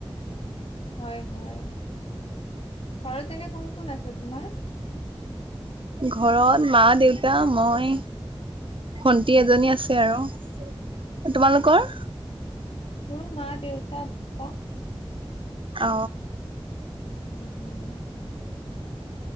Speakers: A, on the left; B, on the right.
A: হয় হয় ঘৰত এনে কোন কোন আছে তোমাৰ
B: ঘৰত মা দেউতা মই ভণ্টি
A: উম উম
B: এজনী আছে আৰু তোমালোকৰ
A: মোৰ মা দেউতা দাদা।
B: অ
A: উম উম